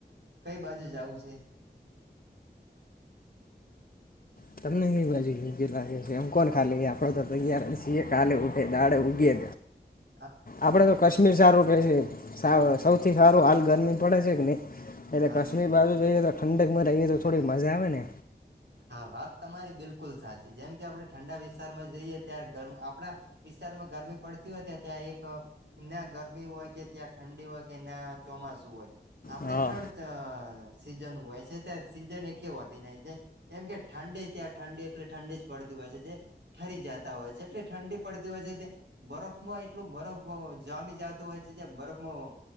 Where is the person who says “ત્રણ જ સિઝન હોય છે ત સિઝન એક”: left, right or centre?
Right